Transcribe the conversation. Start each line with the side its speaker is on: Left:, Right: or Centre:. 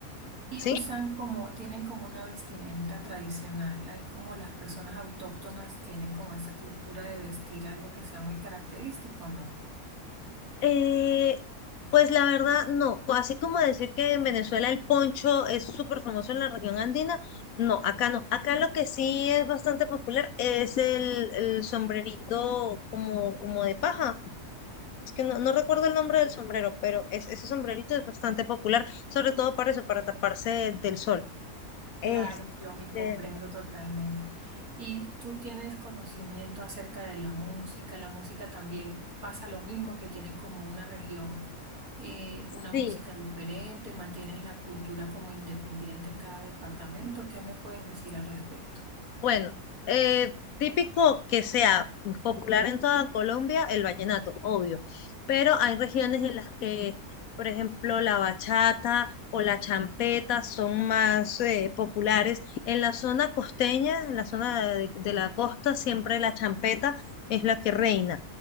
Right: Y
Left: ¿sí?
Right: usan como, tienen como una vestimenta tradicional. Hay como las personas autóctonas tienen como esa cultura de vestir algo que sea muy característico, ¿no?
Left: Eh, pues la verdad, no. Co- Así como decir que en Venezuela el poncho es súper famoso en la región andina, no, acá no. Acá lo que sí es bastante popular es el, el sombrerito como, como de paja. Es que no, no recuerdo el nombre del sombrero, pero es, ese sombrerito es bastante popular, sobre todo para eso, para taparse del sol. Este,
Right: Claro, yo me comprendo totalmente. Y tú tienes conocimiento acerca de la música. La música también pasa lo mismo, que tienen como una región, eh, una
Left: sí,
Right: música diferente, mantienen la cultura como independiente en cada departamento. ¿Qué me puedes decir al respecto?
Left: Bueno, eh, típico que sea popular en toda Colombia el vallenato, obvio, pero hay regiones en las que, por ejemplo, la bachata o la champeta son más eh, populares. En la zona costeña, en la zona de, de la costa, siempre la champeta es la que reina.